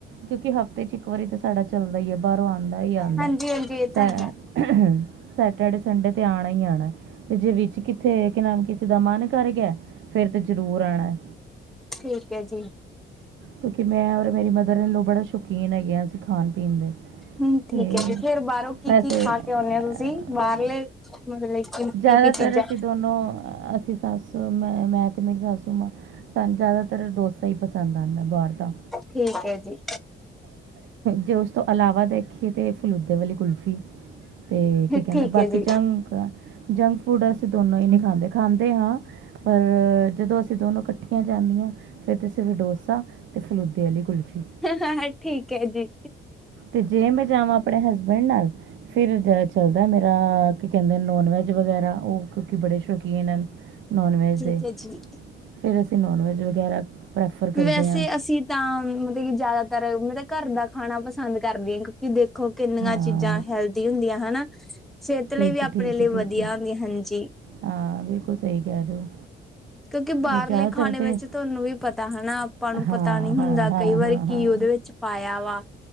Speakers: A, on the right; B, in the centre.
A: ਕਿਉਂਕਿ ਹਫ਼ਤੇ ਚ ਇਕ ਇੱਕ ਵਾਰੀ ਤਾਂ ਸਾਡਾ ਚੱਲਦਾ ਈ ਹੈ ਬਾਹਰੋਂ ਆਉਂਦਾ ਈ ਆਉਂਦਾ
B: ਹਾਂਜੀ
A: ਹੈ,
B: ਹਾਂਜੀ ਇਹ
A: ਸ-
B: ਤਾਂ ਹੈ
A: ਸੈਟਡੇ, ਸਡੇ ਤੇ ਆਣਾ ਹੀ ਆਣਾ ਐ। ਤੇ ਜੇ ਵਿੱਚ ਕਿੱਥੇ ਕਿ ਨਾਮ ਕਿਸੇ ਦਾ ਮਨ ਕਰ ਗਿਆ ਫੇਰ ਤੇ ਜਰੂਰ ਆਉਣਾ ਏ।
B: ਠੀਕ ਹੈ ਜੀ।
A: ਕਿਉਂਕਿ ਮੈਂ ਔਰ ਮੇਰੀ ਮਦਰ ਈਨ ਲੋ ਬੜੇ ਸ਼ੌਕੀਨ ਹੈਗੇ ਆ ਅਸੀਂ ਖਾਣ- ਪੀਣ ਦੇ। ਅਤੇ
B: ਹੂੰ ਠੀਕ ਹੈ ਜੀ ਫੇਰ ਬਾਹਰੋਂ ਕੀ-
A: ਵੈਸੇ
B: ਕੀ ਖਾ ਕੇ ਆਉਂਨੇ ਹੋ ਤੁਸੀਂ ਬਾਹਰਲੇ ਮਤਲਬ- ਕਿ ਕੀ
A: ਜ਼ਿਆਦਾਤਰ
B: ਕੀ ਚੀਜ਼ਾਂ
A: ਅਸੀਂ ਦੋਨੋ ਅਸੀਂ ਸੱਸੂ ਮੈਂ, ਮੈਂ ਤੇ ਮੇਰੀ ਸਸੂ ਮਾਂ- ਸਾਨੂੰ ਜ਼ਿਆਦਾਤਰ ਡੋਸਾ ਹੀ ਪਸੰਦ ਆਉਂਦਾ ਬਾਹਰ ਦਾ।
B: ਠੀਕ ਹੈ ਜੀ।
A: ਜੇ ਉਸ ਤੋਂ ਇਲਾਵਾ ਦੇਖੀਏ ਤੇ ਫਲੂਦੇ ਵਾਲੀ ਕੁਲਫੀ। ਤੇ ਕੀ ਕਹਿੰਦੇ
B: ਠੀਕ
A: ਬਾਕੀ
B: ਹੈ ਜੀ
A: ਜੰਕ ਆ, ਜੰਕ ਫੂਡ ਅਸੀਂ ਦੋਨੋ ਹੀ ਨਹੀਂ ਖਾਂਦੇ, ਖਾਂਦੇ ਹਾਂ ਪਰ ਜਦੋਂ ਅਸੀਂ ਦੋਨੋ ਇਕੱਠੀਆਂ ਜਾਂਦੀਆਂ। ਫੇਰ ਤੇ ਸਿਰਫ ਡੋਸਾ, ਤੇ ਫਲੂਦੇ ਵਾਲੀ ਕੁਲਫੀ।
B: ਹਾਂ ਠੀਕ ਹੈ ਜੀ।
A: ਤੇ ਜੇ ਮੈਂ ਜਾਵਾਂ ਆਪਣੇ ਹਸਬੈਂਡ ਨਾਲ ਫੇਰ ਜ਼ੋਰ ਚਲਦਾ ਮੇਰਾ ਕੀ ਕਹਿੰਦੇ ਨੋਨ ਵੈੱਜ ਵਗੈਰਾ ਉਹ ਕਿਉਂਕਿ ਬੜੇ ਸ਼ੌਕੀਨ। ਕੀਨ ਹਨ ਨੋਨ ਵੈਜ
B: ਠੀਕ
A: ਦੇ,
B: ਹੈ ਜੀ
A: ਫੇਰ ਅਸੀਂ ਨੋਨ ਵੈਜ ਵਗੈਰਾ। ਪ੍ਰੈਫਰ ਕਰਦੇ
B: ਵੈਸੇ
A: ਹਾਂ
B: ਅਸੀਂ ਤਾਂ ਮਤਲਬ ਕਿ, ਜ਼ਿਆਦਾਤਰ ਮਤਲਬ ਘਰ ਦਾ ਖਾਣਾ ਪਸੰਦ ਕਰਦੇ ਹਾਂ ਕਿਉਂਕਿ ਦੇ ਦੇਖੋ ਕਿੰਨੀਆਂ
A: ਹਾਂ
B: ਚੀਜ਼ਾਂ ਹੈਲਦੀ ਹੁੰਦੀਆਂ, ਹਨਾ। ਸਿਹਤ
A: ਠੀਕ
B: ਲਈ ਵੀ,
A: ਹੈ
B: ਆਪਣੇ
A: ਠੀਕ
B: ਲਈ
A: ਹੈ ਠੀਕ
B: ਵਧੀਆ
A: ਹੈ
B: ਹੁੰਦੀ, ਹਾਂਜੀ।
A: ਹਾਂ, ਬਿਲਕੁਲ ਸਹੀ ਕਹਿ ਰਹੇ ਹੋ।
B: ਕਿਉਂਕਿ ਬਾਹਰਲੇ
A: ਜ਼ਿਆਦਾਤਰ
B: ਖਾਣੇ
A: ਤਾਂ
B: ਵਿੱਚ ਤੁਹਾਨੂੰ ਵੀ ਪਤਾ ਹਨਾ, ਆਪਾਂ ਨੂੰ
A: ਹਾਂ
B: ਪਤਾ ਨਹੀਂੀ ਹੁੰਦਾ
A: ਹਾਂ ਹਾਂ
B: ਕਈ ਵਾਰੀ
A: ਹਾਂ ਹਾਂ
B: ਕੀ ਉਹਦੇ ਵਿੱਚ ਪਾਇਆ ਵਾ